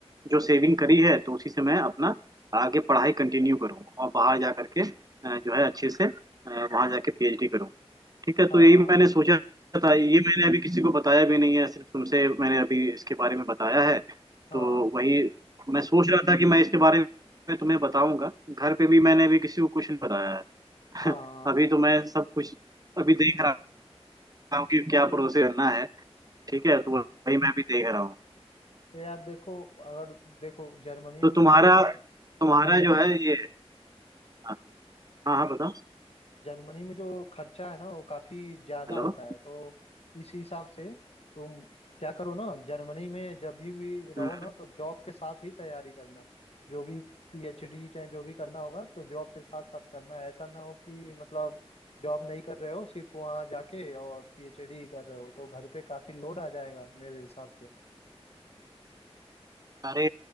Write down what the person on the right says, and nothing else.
जो सेविंग करी है तो उसी से मैं अपना आगे पढ़ाई कंटिन्यू करूँ और बाहर जा करके अ, जो है अच्छे से अ, वहाँ जाके पीएचडी करूँ ठीक है तो
यही मैंने सोचा था ये मैंने अभी किसी को बताया भी नहीं है सिर्फ तुमसे मैंने अभी इसके बारे में बताया है
तो वही मैं सोच रहा था कि मैं इसके बारे में तुम्हें बताऊंगा घर पे भी मैंने अभी किसी को कुछ नहीं बताया
है <laughs> अभी तो मैं सब कुछ अभी देख रहा हूँ कि क्या
प्रोसेस करना है ठीक है तो वही मैं भी देख रहा हूँ
तो
तुम्हारा
तुम्हारा जो है ये हाँ हाँ हाँ, बताओ
हेलो
हम्म।
अरे